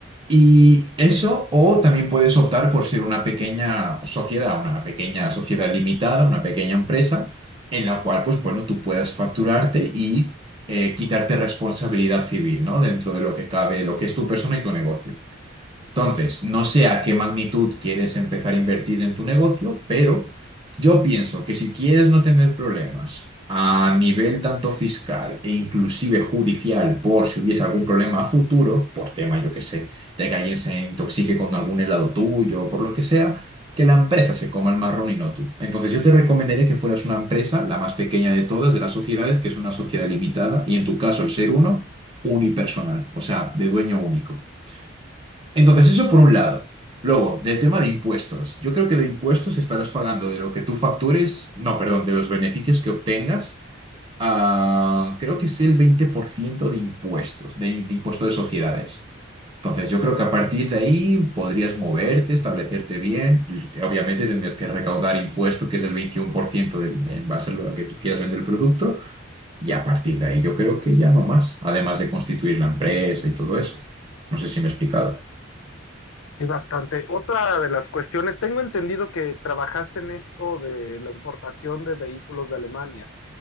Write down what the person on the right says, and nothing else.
y eso, o también puedes optar por ser una pequeña sociedad, una pequeña sociedad limitada, una pequeña empresa, en la cual, pues bueno, tú puedas facturarte y eh, quitarte responsabilidad civil, ¿no? Dentro de lo que cabe, lo que es tu persona y tu negocio. Entonces, no sé a qué magnitud quieres empezar a invertir en tu negocio, pero yo pienso que si quieres no tener problemas a nivel tanto fiscal e inclusive judicial por si hubiese algún problema a futuro, por tema, yo qué sé, de que alguien se intoxique con algún helado tuyo o por lo que sea, que la empresa se coma el marrón y no tú. Entonces, yo te recomendaría que fueras una empresa, la más pequeña de todas, de las sociedades, que es una sociedad limitada, y en tu caso, el ser uno, unipersonal, o sea, de dueño único. Entonces, eso por un lado. Luego, del tema de impuestos. Yo creo que de impuestos estarás pagando de lo que tú factures, no, perdón, de los beneficios que obtengas, ah, creo que es el 20% de impuestos, de, de impuesto de sociedades. Entonces, yo creo que a partir de ahí podrías moverte, establecerte bien. y Obviamente tendrías que recaudar impuesto, que es el 21% del, en base a lo que tú quieras vender el producto. Y a partir de ahí yo creo que ya no más, además de constituir la empresa y todo eso. No sé si me he explicado.